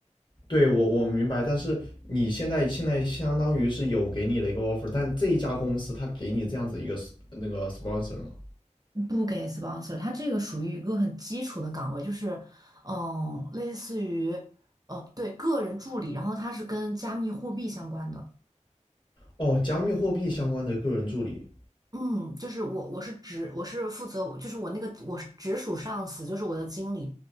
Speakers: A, on the left; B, on the right.
A: 对我我明白，但是你现在现在相当于是有给你的一个 offer，但这一家公司它给你这样子一个 sp- 那个 sponsor 吗？
B: 不给 sponsor，它这个属于一个很基础的岗位，就是嗯，类似于呃，对，个人助理，然后它是跟加密货币相关的。
A: 哦，加密货币相关的个人助理。
B: 嗯，就是我，我是直，我是负责，就是我那个我是直属上司，就是我的经理，